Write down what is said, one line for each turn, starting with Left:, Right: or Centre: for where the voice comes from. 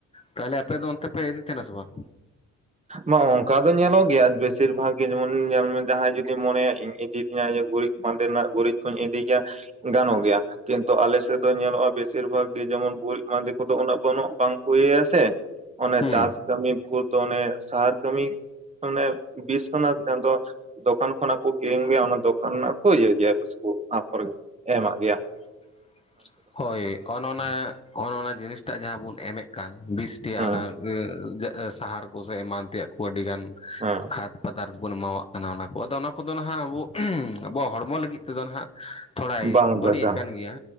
Left: ᱛᱟᱦᱚᱞᱮ ᱟᱯᱮ ᱫᱚ ᱚᱱᱛᱮ ᱯᱮ ᱤᱫᱤ ᱛᱟᱦᱮᱱᱟ ᱥᱮ ᱵᱟᱝ
Right: ᱱᱚᱜ ᱚᱱᱠᱟ ᱫᱚ ᱧᱮᱞᱚᱜ ᱜᱮᱭᱟ ᱵᱮᱥᱤᱨ ᱵᱷᱟᱜ ᱜᱮ ᱡᱮᱢᱚᱱ ᱧᱮᱞ ᱢᱮ ᱡᱟᱦᱟᱸᱭ ᱡᱩᱫᱤᱢ ᱢᱚᱱᱮᱭᱟ ᱤᱧ ᱤᱫᱤ ᱛᱤᱧᱟ ᱜᱩᱨᱤᱡ ᱢᱟᱸᱫᱮ ᱨᱮᱱᱟᱜ ᱜᱩᱨᱤᱡ ᱠᱩᱧ ᱤᱫᱤ ᱜᱮᱭᱟ ᱜᱟᱱᱚᱜ ᱜᱮᱭᱟ ᱠᱤᱱᱛᱩ ᱟᱞᱮ ᱥᱮᱫ ᱫᱚ ᱧᱮᱞᱚᱜᱼᱟ ᱵᱮᱥᱤᱨ ᱵᱷᱟᱜᱽ ᱜᱮ ᱡᱮᱢᱚᱱ ᱜᱩᱨᱤᱡ ᱢᱟᱸᱫᱮ ᱠᱚᱫᱚ ᱩᱱᱟᱹᱜ ᱵᱟᱹᱱᱩᱜ ᱵᱟᱝ ᱠᱚ ᱤᱭᱟᱥᱮ ᱥᱮ ᱚᱱᱮ
Left: ᱦᱩᱸ
Right: ᱪᱟᱥ ᱠᱟᱹᱢᱤ ᱵᱷᱩᱨ ᱫᱚ ᱚᱱᱮ ᱥᱟᱦᱟᱨ ᱠᱟᱹᱢᱤ ᱢᱟᱱᱮ ᱵᱤᱥᱥᱚᱱᱟᱛᱷ ᱪᱟᱸᱫᱚ ᱫᱚᱠᱟᱱ ᱠᱷᱚᱱᱟᱜ ᱠᱚ ᱠᱤᱨᱤᱧ ᱟᱹᱜᱩᱭᱟ ᱚᱱᱟ ᱫᱚᱠᱟᱱ ᱨᱮᱱᱟᱜ ᱠᱚ ᱤᱭᱟᱹᱭ ᱜᱮᱭᱟ ᱵᱤᱥᱠᱩ ᱟᱯᱷᱚᱨ ᱜᱮ ᱮᱢᱟᱜ ᱜᱮᱭᱟ ᱾
Left: <inaudible> ᱦᱳᱭ ᱚᱱ ᱚᱱᱟ ᱚᱱ ᱚᱱᱟ ᱡᱤᱱᱤᱥᱴᱟᱜ ᱡᱟᱦᱟᱸ ᱵᱚᱱ ᱮᱢᱮᱫ ᱠᱟᱱ ᱵᱤᱥᱴᱮᱭᱟᱜ
Right: ᱦᱮᱸ
Left: ᱚᱱᱟ, ᱥᱟᱦᱟᱨ ᱠᱚ ᱥᱮ ᱮᱢᱟᱱ ᱛᱮᱭᱟᱜ ᱠᱚ ᱟᱹᱰᱤ ᱜᱟᱱᱼᱼ
Right: ᱦᱮᱸ
Left: ᱛᱷᱟᱨᱛᱽ ᱯᱚᱫᱟᱨᱽᱛᱷ ᱵᱚᱱ ᱮᱢᱟᱣᱟᱜ ᱠᱟᱱᱟ ᱾ ᱟᱫᱚ ᱚᱱᱟ ᱠᱚᱫᱚ ᱱᱟᱦᱟᱜ ᱟᱵᱚᱣᱟᱜ ᱦᱚᱲᱢᱚ ᱞᱟᱹᱜᱤᱫ ᱛᱮᱫᱚ ᱱᱟᱜ ᱛᱷᱚᱲᱟᱭ
Right: ᱵᱟᱝ
Left: ᱵᱟᱹᱲᱤᱡ
Right: ᱵᱟᱡᱟ
Left: ᱮᱫ ᱠᱟᱱ ᱜᱮᱭᱟ,